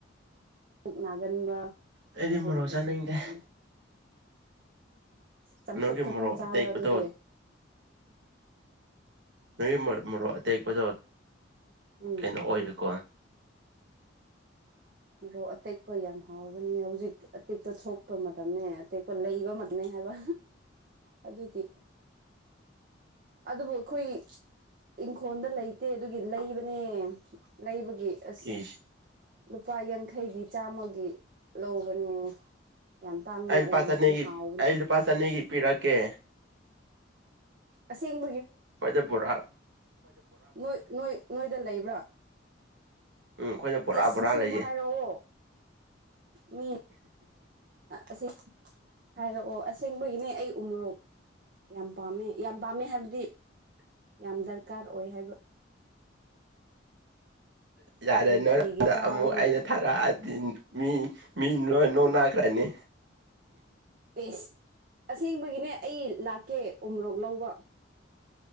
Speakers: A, on the right; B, on the right.
A: ꯄꯨꯛ ꯅꯥꯒꯟꯕ
B: ꯑꯩꯗꯤ
A: ꯑꯗꯨꯗꯕꯁꯨꯂꯦꯕꯅꯤ
B: ꯃꯣꯔꯣꯛ ꯆꯥꯅꯤꯡꯗꯦ
A: ꯆꯝꯐꯨꯠ
B: ꯅꯣꯏꯒꯤ
A: ꯈꯛꯇꯪ
B: ꯃꯣꯔꯣꯛ
A: ꯆꯥꯕ꯭ꯔꯥ
B: ꯑꯇꯦꯛꯄꯗꯣ
A: ꯑꯗꯨꯗꯤ
B: ꯅꯣꯏꯒꯤ ꯃꯔꯣꯛ ꯑꯇꯦꯛꯄꯗꯣ
A: ꯎꯝ
B: ꯀꯩꯅꯣ ꯑꯣꯏꯌꯦꯀꯣ
A: ꯃꯔꯣꯛ ꯑꯇꯦꯛꯄ ꯌꯥꯝ ꯍꯥꯎꯕꯅꯤ ꯍꯧꯖꯤꯛ ꯑꯇꯦꯛꯄ ꯊꯣꯛꯄ ꯃꯇꯝꯅꯦ ꯑꯇꯦꯛꯄ ꯂꯩꯕ ꯍꯥꯏꯕ ꯑꯗꯨꯗꯤ ꯑꯗꯨꯕꯨ ꯑꯩꯈꯣꯏ ꯏꯪꯈꯣꯜꯗ ꯂꯩꯇꯦ ꯑꯗꯨꯒꯤ ꯂꯩꯕꯅꯦ ꯂꯩꯕꯒꯤ ꯒꯤ ꯑꯁ
B: ꯏꯁ
A: ꯂꯨꯄꯥ ꯌꯥꯡꯈꯩꯒꯤ ꯆꯥꯝꯃꯒꯤ ꯂꯧꯕꯅꯤ ꯌꯥꯝ ꯇꯥꯡꯉꯦ
B: ꯑꯩ ꯂꯨꯄꯥ
A: ꯎꯃꯣꯔꯣꯛꯁꯦ
B: ꯆꯅꯤꯒꯤ
A: ꯍꯥꯎꯋ
B: ꯑꯩ ꯂꯨꯄꯥ ꯆꯅꯤꯒꯤ ꯄꯤꯔꯛꯀꯦ
A: ꯁꯦꯡ
B: ꯍꯈꯣꯏꯗꯦ ꯕꯨꯔꯥ
A: ꯑꯣꯏ ꯅꯣꯏ ꯅꯣꯏꯗ ꯂꯩꯕ꯭ꯔꯥ
B: ꯎꯝ ꯑꯩꯈꯣꯏꯗ ꯕꯣꯔꯥ
A: ꯑꯦꯁꯁꯦꯡꯕ
B: ꯕꯣꯔꯥ ꯂꯩꯌꯦ
A: ꯍꯥꯏꯔꯛꯑꯣ ꯃꯤ ꯑꯁꯤ ꯍꯥꯏꯔꯛꯑꯣ ꯑꯁꯦꯡꯕꯒꯤꯅꯦ ꯑꯩ ꯎꯃꯣꯔꯣꯛ ꯌꯥꯝ ꯄꯥꯝꯃꯦ ꯌꯥꯝ ꯄꯥꯝꯃꯦ ꯍꯥꯏꯕꯗꯤ ꯌꯥꯝ ꯗꯔꯀꯥꯔ ꯑꯣꯏ ꯍꯥꯏꯕ
B: ꯌꯥꯔꯦ
A: ꯅꯨꯡꯇꯤꯒꯤ
B: ꯅꯗ
A: ꯆꯥꯕꯅꯤꯅ
B: ꯑꯃꯨꯛ ꯑꯩꯅ ꯊꯥꯔꯛꯑꯒ ꯃꯤ ꯃꯤ ꯂꯣꯏ ꯅꯣꯛ ꯅꯈ꯭ꯔꯅꯤ
A: ꯑꯦꯁ ꯑꯁꯦꯡꯕꯒꯤꯅꯦ ꯑꯩ ꯂꯥꯛꯀꯦ ꯎꯃꯣꯔꯣꯛ ꯂꯧꯕ